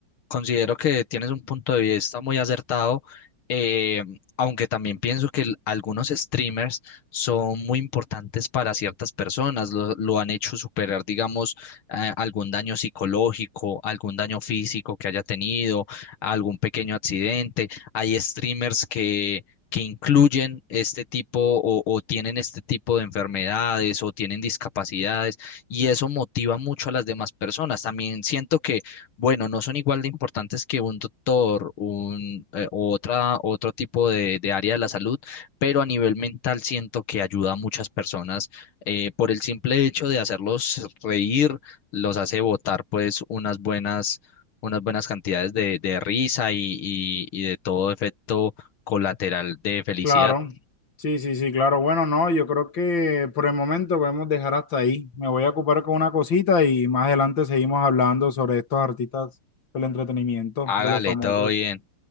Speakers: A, on the left; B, on the left.
A: considero que tienes un punto de vista muy acertado, eh, aunque también pienso que el- algunos streamers son muy importantes para ciertas personas, lo, lo han hecho superar, digamos, eh, algún daño psicológico, algún daño físico que haya tenido, algún pequeño accidente. Hay streamers que... que incluyen este tipo o o tienen este tipo de enfermedades o tienen discapacidades y eso motiva mucho a las demás personas. También siento que, bueno, no son igual de importantes que un doctor, un, eh, u otra, otro tipo de, de área de la salud, pero a nivel mental siento que ayuda a muchas personas eh, por el simple hecho de hacerlos reír, los hace botar pues unas buenas, unas buenas cantidades de, de risa y, y y de todo efecto colateral de felicidad.
B: Claro, sí, sí, sí, claro. Bueno, no, yo creo que por el momento podemos dejar hasta ahí. Me voy a ocupar con una cosita y más adelante seguimos hablando sobre estos artistas del entretenimiento,
A: Hágale,
B: de los famosos.
A: todo bien.
B: Vale.